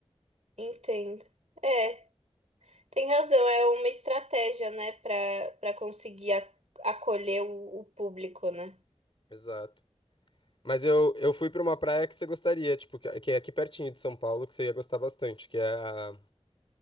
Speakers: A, on the right (about 80°); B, on the left (about 50°).
A: Entendo. É, tem razão, é uma estratégia, né, para para conseguir a- acolher o, o público, né?
B: Exato. Mas eu, eu fui pra uma praia que você gostaria, tipo, que que é aqui pertinho de São Paulo, que você ia gostar bastante, que é a,